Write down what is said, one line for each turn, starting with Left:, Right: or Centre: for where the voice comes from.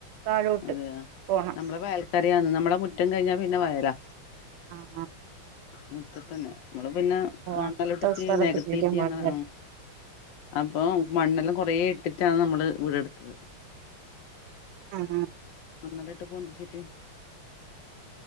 Right: താഴോട്ട്
Left: അതെയ
Right: പോണം
Left: നമ്മള വയൽക്കാരന്ന് നമ്മളെ മുറ്റം കഴിഞ്ഞാ പിന്നെ വയലാ
Right: ആഹ ആ
Left: മുറ്റത്ത് തന്നെ നമ്മള് പിന്നെ മണ്ണല
Right: അങ്ങനത്തെ
Left: ഇട്ടിട്ട്
Right: സ്ഥലത്ത്
Left: നികത്തിട്ടി
Right: കുളിക്കാൻ പാടില്ല
Left: അങ്ങനെ അപ്പൊ മണ്ണെല്ലും കുറെ ഇട്ടിട്ടാണ് നമ്മള് വീടെടുത്തത്
Right: ആഹ ആഹ
Left: നല്ലല്ല ഇട്ട് പന്തിച്ചിട്ട്